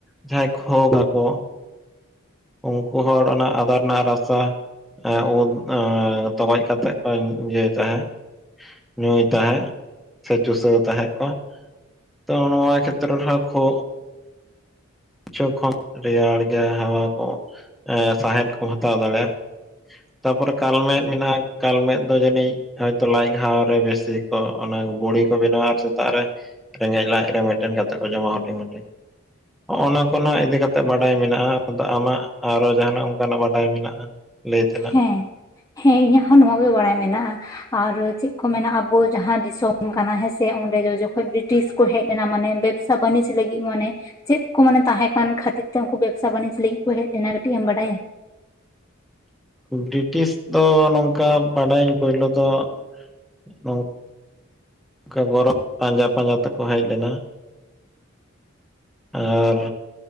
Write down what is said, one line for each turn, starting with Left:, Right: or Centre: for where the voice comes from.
Centre: ᱡᱟᱦᱟᱸᱭ ᱠᱷᱩᱜ ᱟᱠᱚ ᱩᱱᱠᱩ ᱦᱚᱲ ᱚᱱᱟ ᱟᱫᱟ ᱨᱮᱱᱟᱜ ᱨᱟᱥᱟ ᱦᱮᱸ ᱩᱫ ᱮᱸ ᱛᱚᱜᱚᱡ ᱠᱟᱛᱮᱜ ᱠᱚ ᱤᱭᱟᱹᱭ ᱛᱟᱦᱮᱸᱫ ᱧᱩᱭ ᱛᱟᱦᱮᱸᱜ ᱥᱮ ᱪᱩᱥᱟᱹᱣ ᱛᱟᱦᱮᱸᱜ ᱠᱚ ᱛᱚ ᱱᱚᱣᱟ ᱠᱷᱮᱛᱨᱮ ᱨᱮ ᱦᱚᱸ ᱠᱷᱳᱜ ᱠᱤᱪᱷᱩ ᱠᱷᱚᱱ ᱨᱮᱭᱟᱲ ᱜᱮ ᱦᱟᱣᱟ ᱠᱚ ᱮᱸᱜ ᱥᱟᱸᱦᱮᱫ ᱠᱚ ᱦᱟᱛᱟᱣ ᱫᱟᱲᱮᱭᱟᱜ᱾ ᱛᱟᱯᱚᱨᱮ ᱠᱟᱞᱢᱮᱫ ᱢᱮᱱᱟᱜᱼᱟ ᱠᱟᱞ ᱢᱮᱫ ᱫᱚ ᱡᱟᱹᱱᱤᱡ ᱦᱚᱭᱛᱚ ᱞᱟᱡ ᱜᱷᱟᱣ ᱨᱮ ᱵᱮᱥᱤ ᱠᱚ ᱚᱱᱟ ᱵᱩᱲᱤ ᱠᱚ ᱵᱮᱱᱟᱣᱟ ᱟᱨ ᱥᱮᱛᱟᱼᱜ ᱨᱮ ᱨᱮᱸᱜᱮᱡ ᱞᱟᱡ ᱨᱮ ᱢᱤᱫᱴᱮᱱ ᱠᱟᱛᱮ ᱠᱚ ᱡᱚᱢᱟ ᱦᱩᱰᱤᱧ ᱦᱩᱰᱤᱧ ᱱᱚᱜᱼᱚᱱᱟ ᱠᱚ ᱱᱟᱜ ᱤᱫᱤ ᱠᱟᱛᱮ ᱵᱟᱰᱟᱭ ᱢᱮᱱᱟᱜᱼᱟ ᱟᱫᱚ ᱟᱢᱟᱜ ᱟᱨᱚ ᱡᱟᱦᱟᱱᱟᱼᱜ ᱚᱱᱠᱟᱱᱟᱜ ᱵᱟᱰᱟᱭ ᱢᱮᱱᱟᱜᱼᱟ ᱞᱟᱹᱭ ᱛᱮᱱᱟᱜ
Left: ᱦᱮᱸ ᱦᱮᱸ ᱤᱧᱟᱜ ᱦᱚᱸ ᱱᱚᱣᱟ ᱜᱮ ᱵᱟᱲᱟᱭ ᱢᱮᱱᱟᱜᱼᱟ ᱟᱨ ᱪᱮᱫ ᱠᱚ ᱢᱮᱱᱟ ᱟᱵᱚ ᱡᱟᱦᱟᱸ ᱫᱤᱥᱚᱢ ᱠᱟᱱᱟ ᱦᱮᱸᱥᱮ ᱚᱸᱰᱮ ᱡᱚᱠᱷᱚᱱ ᱵᱨᱤᱴᱤᱥ ᱠᱚ ᱦᱮᱡ ᱞᱮᱱᱟ ᱢᱟᱱᱮ <unintelligible> ᱥᱟ <unintelligible> ᱵᱟᱹᱱᱤᱪ ᱞᱟᱹᱜᱤᱫ ᱢᱟᱱᱮ ᱪᱮᱫ ᱠᱚ ᱢᱟᱱᱮ ᱛᱟᱦᱮᱸ ᱠᱟᱱ ᱠᱷᱟᱹᱛᱤᱨ ᱛᱮ ᱩᱱᱠᱩ ᱵᱮᱵᱽᱥᱟ ᱵᱟᱱᱤᱡ ᱞᱟᱹᱜᱤᱫ ᱠᱚ ᱦᱮᱡ ᱞᱮᱱᱟ ᱠᱟᱹᱴᱤᱡ ᱮᱢ ᱵᱟᱲᱟᱭᱟ
Centre: ᱵᱨᱤᱴᱤᱥ ᱫᱚ ᱱᱚᱝᱠᱟ ᱵᱟᱰᱟᱭᱟᱧ ᱯᱳᱭᱞᱳ ᱫᱚ <unintelligible> ᱠᱷᱚᱵᱚᱨ ᱯᱟᱸᱡᱟ ᱯᱟᱸᱡᱟ ᱛᱮᱠᱚ ᱦᱮᱡ ᱞᱮᱱᱟ ᱟᱨ